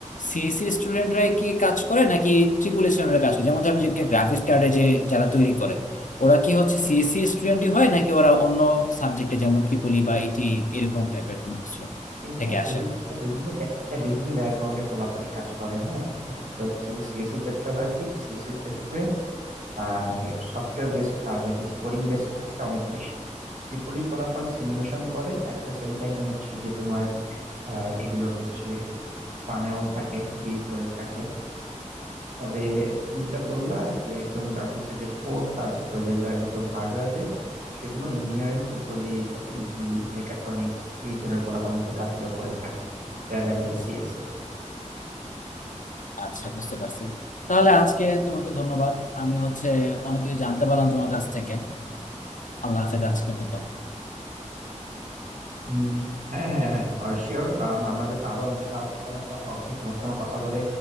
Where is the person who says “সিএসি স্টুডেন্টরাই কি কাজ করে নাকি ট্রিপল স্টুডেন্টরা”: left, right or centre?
Left